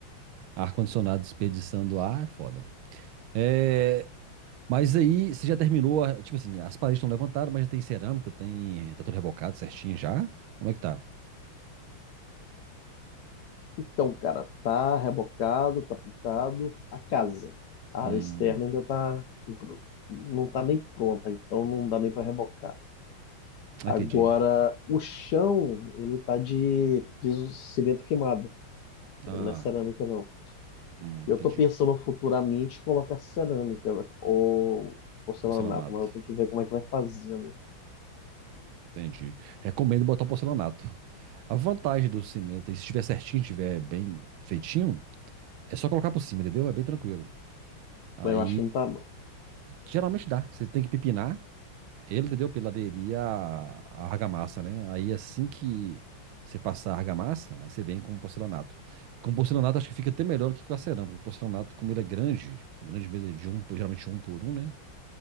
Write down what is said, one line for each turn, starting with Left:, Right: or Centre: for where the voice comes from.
Right: ar-condicionado desperdiçando ar é foda. É, mas aí você já terminou, a- tipo assim, as paredes estão levantadas, mas já tem cerâmica, tem, eh, tá tudo rebocado certinho já? Como é que tá?
Left: Então, cara, tá rebocado, tá pintado a casa. A
Right: Hum,
Left: área externa ainda tá impro- não tá nem pronta, então não dá nem para rebocar.
Right: ah,
Left: Agora,
Right: entendi.
Left: o chão, ele tá de piso cimento queimado. Não
Right: Ah,
Left: é cerâmica, não.
Right: hum,
Left: Eu
Right: entendi.
Left: tô pensando futuramente colocar cerâmica né? ou porcelanato,
Right: Porcelanato.
Left: mas eu tenho que ver como é que vai fazer, né?
Right: Entendi. Recomendo botar porcelanato. A vantagem do cimento, aí, se estiver certinho, estiver bem feitinho, é só colocar por cima, entendeu? É bem tranquilo. Aí,
Left: Mas eu acho que não tá, não.
Right: geralmente dá. Você tem que pepinar, Ele, entendeu? Pela aderir à à argamassa, né? Aí assim que você passar a argamassa, aí você vem com o porcelanato. Com o porcelanato acho que fica até melhor do que com a cerâmica. porque O porcelanato, como ele é grande, grande mesmo, é de um, geralmente um por um, né?